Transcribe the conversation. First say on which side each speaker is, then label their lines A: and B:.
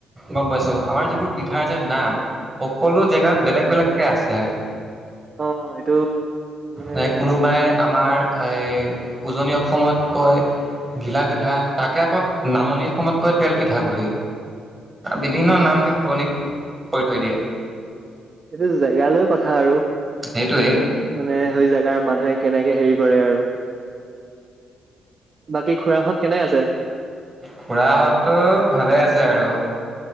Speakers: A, on the right; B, on the right.
A: গম পাইছোঁ আমাৰ যিবোৰ পিঠা আছে নাম সকলো জেগাত বেলেগ বেলেগকৈ আছে
B: অ এইটো মানে
A: ন
B: এটা
A: কোনোবাই আমাৰ এই উজনি অসমতকৈ ঘিলা পিঠা তাকে কত নামনিৰ সময়তকৈ তেল পিঠা বুলি বিভিন্ন নামকে সলনি কৰি থৈ দিয়ে
B: সেইটো জেগালৈ কথা আৰু
A: সেইটোৱেই।
B: মানে জোগাৰ মানুহে কেনেকে হেৰি কৰে আৰু বাকী খুৰাহঁত কেনে আছে
A: খুৰা হতটো ভালে আছে আৰু